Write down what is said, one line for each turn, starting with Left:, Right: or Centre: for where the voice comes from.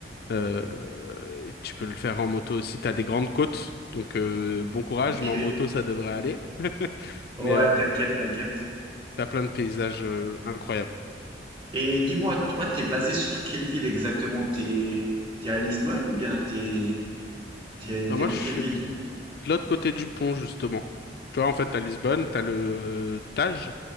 Left: Euh, et tu peux le faire en moto aussi. T'as des grandes côtes. Donc, euh, bon courage,
Right: ok.
Left: mais en moto, ça devrait aller. <laughs>
Right: Ouais,
Left: Mais euh,
Right: t'inquiète, t'inquiète.
Left: t'as plein de paysages euh, incroyables.
Right: Et dis-moi, toi, t'es basé sur quelle ville exactement? T'es, t'es à Lisbonne ou bien t'es, t'es,
Left: Bah,
Right: t'es
Left: moi,
Right: dans
Left: je suis
Right: quelle ville?
Left: de l'autre côté du pont, justement. Tu vois, en fait, à Lisbonne, t'as le Tage,